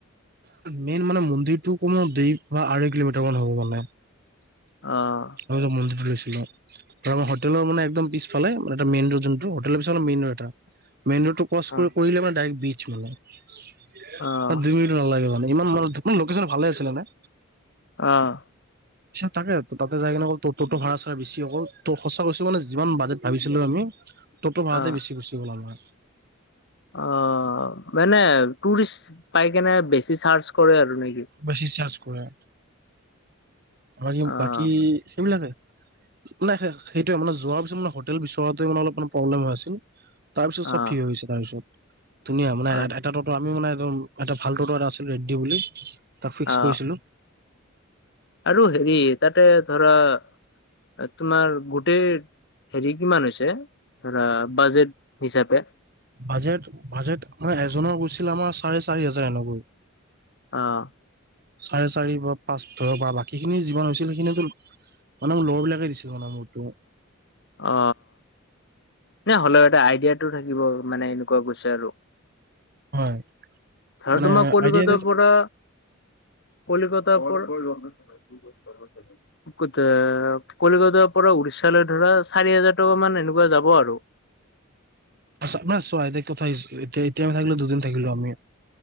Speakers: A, on the right; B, on the left.
A: মেইন মানে মন্দিৰটো, কমেও দুই বা আঢ়ৈ কিলোমিটাৰ মান হ'ব মানে।
B: অহ
A: আমি যে মন্দিৰ, ফুৰিছিলোঁ। আৰু আমাৰ হোটেলৰ, মানে একদম পিছফালে মানে এটা মেইন ৰোড, যোনটো হোটেলৰ, পিছফালে মেইন ৰোড এটা মেইন ৰোডটো ক্ৰছ
B: অ
A: কৰি কৰিলে মানে ডাইৰেক্ট বিচ মানে
B: অ
A: তাত দুই মিনিটো নালাগে মানে। ইমান মানুহ তথাপি লোকেশন ভালে আছিলে নে।
B: আহ
A: পিছত তাকে তাতে যাই কিনে অকল টটো, ভাড়া- চাড়া বেছি অকল ত' সঁচা কৈছো মানে যিমান বাজেট ভাবিছিলো। আমি টটো, ভাড়াতে
B: অ',
A: বেছি গুচি গ'ল আমাৰ।
B: আহ মানে টুৰিষ্ট, পাই কেনে বেছি চাৰ্জ কৰে আৰু নেকি।
A: বেছি চাৰ্জ কৰে। আৰু
B: অ',
A: বাকী সেইবিলাকে মানে সে সেইটোৱে মানে যোৱাৰ। পিছত মানে হোটেল, বিচৰোতে মানে অলপমান প্ৰব্লেম হৈ আছিল। তাৰপিছত চব
B: অ',
A: ঠিক হৈ গৈছে তাৰপিছত ধুনীয়া মানে
B: অ',
A: এত এটা টটো, আমি মানে একদম এটা ভাল টটো এটা আছিল ৰেড্ডী, বুলি তাক ফিক্স
B: অ',
A: কৰিছিলো।
B: আৰু হেৰি তাতে ধৰা আ তোমাৰ গোটেই হেৰি কিমান হৈছে ধৰা বাজেট হিচাপে
A: বাজেট -বাজেট মানে এজনৰ গৈছিল আমাৰ চাৰে চাৰি হাজাৰ এনেকৈ।
B: অহ
A: চাৰে চাৰি বা পাঁচ ধৰিব পৰা বাকীখিনি যিমান হৈছিল সেইখিনি তোৰ মানে মোৰ লগৰ বিলাকে দিছিল মানে মোৰতোও।
B: অ নে হ'লেও এটা আইডিয়াটো থাকিব মানে এনে। কুৱা গৈছে আৰু
A: হয়
B: আৰু
A: মানে
B: তোমাৰ কলিকতাৰ,
A: আইডিয়া
B: পৰা কলিকতাৰ, পৰা <unintelligible> কথ কলিকতাৰ পৰা উৰিষ্যালৈ, ধৰা। চাৰি হাজাৰ, টকা মান এনেকুৱা যাব আৰু।
A: তাৰপিছত নাই চোৱাই এতিয়া কথাই এতিয়া এতিয়া আমি থাকিলো দুদিন থাকিলো আমি